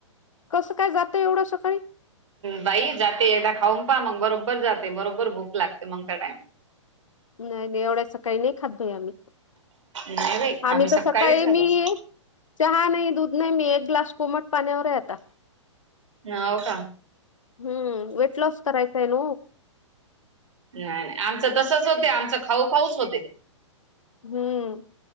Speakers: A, on the left (about 80°); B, on the right (about 70°).
A: कसं काय जात एवढं सकाळी
B: बाई जाते एकदा खाऊन पहा मग बरोबर जाते बरोबर भूक लागते मग त्या टाइम
A: नाही नाही एवढ्या सकाळी नाही खात भोय आम्ही
B: नाही बाई
A: आम्ही
B: सकाळीच
A: तर सकाळी
B: खात
A: मी
B: असतो
A: चहा नाही दूध नाही मी एक ग्लास कोमट पाण्यावर आहे आता
B: ह हो का
A: हम्म वेट लॉसकरारयतायन
B: नाही नाही आमचं तसच होते आमचं खाऊ खाऊच होते
A: हम्म